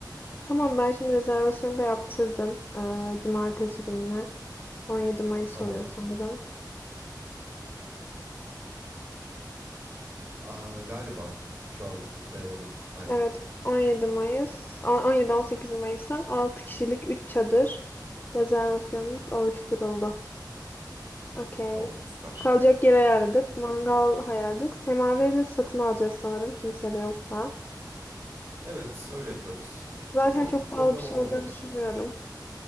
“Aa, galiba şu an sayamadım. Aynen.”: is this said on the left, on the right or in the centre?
Right